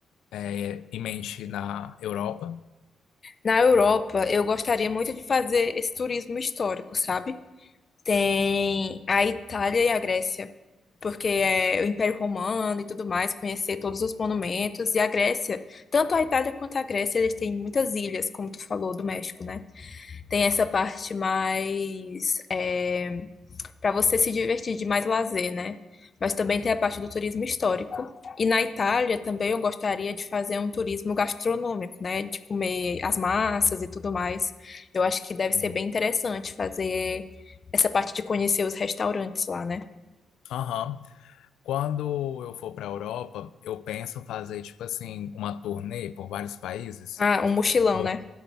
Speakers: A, on the left (about 85°); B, on the left (about 25°).
A: é, em mente na Europa?
B: Na Europa, eu gostaria muito de fazer esse turismo histórico, sabe? Tem a Itália e a Grécia, porque é o Império Romano e tudo mais, conhecer todos os monumentos. E a Grécia, tanto a Itália quanto a Grécia, eles têm muitas ilhas, como tu falou, do México, né? Tem essa parte mais. eh, para você se divertir de mais lazer, né? Mas também tem a parte do turismo histórico. E na Itália também eu gostaria de fazer um turismo gastronômico, né? De comer as massas e tudo mais. Eu acho que deve
A: Hum.
B: ser bem interessante fazer essa parte de conhecer os restaurantes lá, né?
A: Aham. Quando eu for para a Europa, eu penso fazer, tipo assim, uma turnê por vários países.
B: Ah, um mochilão,
A: Por-
B: né?